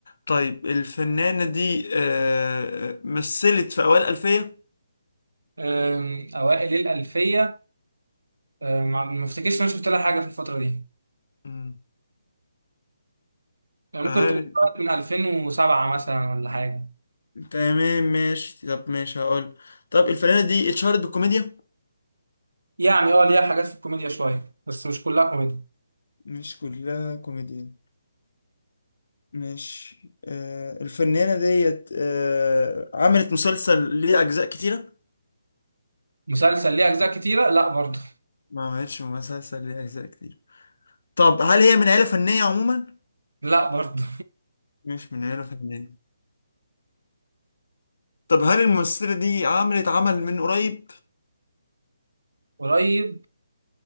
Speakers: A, on the left (about 60°); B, on the right (about 70°).
A: طيب الفنانة دي آه مثلت في أوائل الألفية
B: آم، أوائل الألفية آه ما ما افتكرش إن أنا شفت لها حاجة في الفترة دي
A: مم.
B: يعني
A: هل
B: ممكن تكون طلعت من 2007 مثلا ولا حاجة
A: تمام ماشي طب ماشي هقول طب الفنانة دي اتشهرت بالكوميديا
B: يعني اه ليها حاجات في الكوميديا شوية بس مش كلها كوميديا
A: مش كلها كوميديا ماشي آه الفنانة ديت آه عملت مسلسل ليه أجزاء كتيرة
B: مسلسل ليه أجزاء كتيرة لا برضه
A: ما عملتش مسلسل ليه أجزاء كتير طب هل هي من عيلة فنية عموما؟
B: لا برضه
A: مش من عيلة فنية طب هل الممثلة دي عملت عمل من قريب؟
B: <laughs> قريب